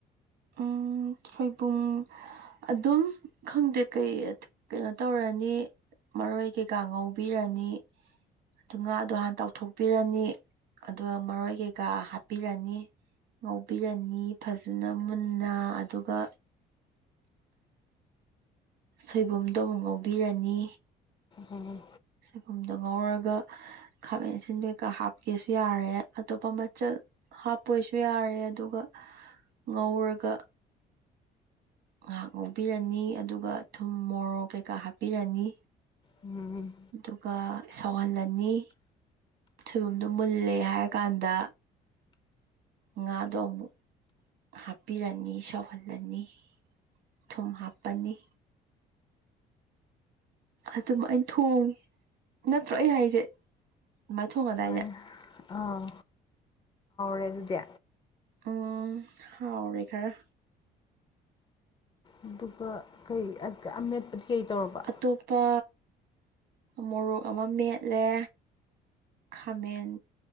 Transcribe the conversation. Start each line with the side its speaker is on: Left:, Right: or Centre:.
Right: ꯎꯝ ꯁꯣꯏꯕꯨꯝ ꯑꯗꯨꯝ ꯈꯪꯗꯦ ꯀꯩ ꯀꯩꯅꯣ ꯇꯧꯔꯅꯤ ꯃꯔꯣꯏ ꯀꯩꯀꯥ ꯉꯧꯕꯤꯔꯅꯤ ꯑꯗꯨ ꯉꯥꯗꯣ ꯍꯥꯟ ꯇꯥꯎꯊꯣꯛ ꯍꯥꯞꯄꯤꯔꯅꯤ ꯑꯗꯨꯒ ꯃꯔꯣꯏ ꯀꯩꯀꯥ ꯍꯥꯞꯄꯤꯔꯅꯤ ꯉꯧꯕꯤꯔꯅꯤ ꯐꯖꯅ ꯃꯨꯟꯅ ꯑꯗꯨꯒ ꯁꯣꯏꯕꯨꯝꯗꯣ ꯑꯃꯨꯛ ꯉꯧꯕꯤꯔꯅꯤ
Left: ꯎꯝ
Right: ꯁꯣꯏꯕꯨꯝꯗꯣ ꯉꯧꯔꯒ ꯈꯥꯕꯦꯟ ꯑꯁꯤꯟꯕꯤꯀꯩꯀ ꯍꯥꯞꯀꯦꯁꯨ ꯌꯥꯔꯦ ꯑꯇꯣꯞꯄ ꯃꯆꯜ ꯍꯥꯞꯄꯣꯏꯁꯨ ꯌꯥꯔꯦ ꯑꯗꯨꯒ ꯉꯧꯔꯒ ꯉꯥꯏꯍꯥꯛ ꯉꯧꯕꯤꯔꯅꯤ ꯑꯗꯨꯒ ꯊꯨꯝ ꯃꯣꯔꯣꯛ ꯀꯩꯀꯥ ꯍꯥꯞꯄꯤꯔꯅꯤ
Left: ꯎꯝ
Right: ꯑꯗꯨꯒ ꯁꯧꯍꯜꯂꯅꯤ ꯁꯣꯏꯕꯨꯝꯗꯣ ꯃꯨꯜꯂꯦ ꯍꯥꯏꯔꯀꯥꯟꯗ ꯉꯥꯗꯣ ꯑꯃꯨꯛ ꯍꯥꯞꯄꯤꯔꯅꯤ ꯁꯧꯍꯜꯂꯅꯤ ꯊꯨꯝ ꯍꯥꯞꯄꯅꯤ ꯑꯗꯨꯝꯃꯥꯏ ꯊꯣꯡꯉꯦ ꯅꯠꯇ꯭ꯔꯣ ꯑꯩ ꯍꯥꯏꯁꯦ ꯑꯗꯨꯃꯥꯏ ꯊꯣꯡꯉꯗꯥꯏꯅꯦ
Left: ꯃꯥꯅꯦ ꯑꯥ <inaudible> ꯑꯗꯨꯗꯤ
Right: ꯎꯝ ꯍꯥꯎꯔꯦ ꯈꯔ
Left: ꯑꯗꯨꯒ ꯀꯩ ꯀꯑꯃꯦꯠꯄꯗꯤ ꯀꯩ ꯇꯧꯔꯕ
Right: ꯑꯇꯣꯞꯄ ꯃꯣꯔꯣꯛ ꯑꯃ ꯃꯦꯠꯂꯦ ꯈꯥꯃꯦꯟ